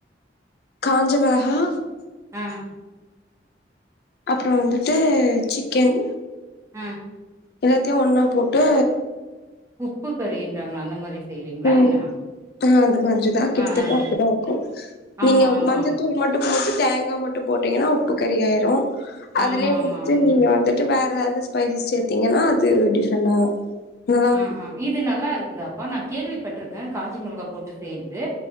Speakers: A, on the left; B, on the right.
A: காஞ்ச மிளகா
B: ஆ
A: அப்புறம் வந்துட்டு சிக்கன்
B: ம்
A: எல்லாத்தையும் ஒன்னா போட்டு
B: உப்பு கறின்றாங்களா அந்த மாரி செய்றீங்களா
A: ம்
B: என்ன
A: ஆ அந்த மாதிரிதான் கிட்டத்தட்ட
B: ஆ ஆ
A: அப்படிதான் இருக்கும்
B: ஆமா
A: நீங்க
B: ஆமா
A: மஞ்சத்தூள் மட்டும் கொச்ச தேங்காய் மட்டும் போட்டீங்கன்னா உப்பு கறியாயிரும் அதுலயே
B: ஆமா ஆமா
A: வந்துட்டு
B: அந்த
A: நீங்க
B: மாதிரி
A: வந்துட்டு வேற ஸ்பைசஸ் சேத்தீங்கன்னா அது டிஃப்ரெண்டா நல்லா இருக்கு
B: ஆ இது நல்லா இருக்கு இருக்குதாப்பா நான் கேள்விப்பட்டிருக்கேன் காஞ்ச மிளகா போட்டு செய்யறது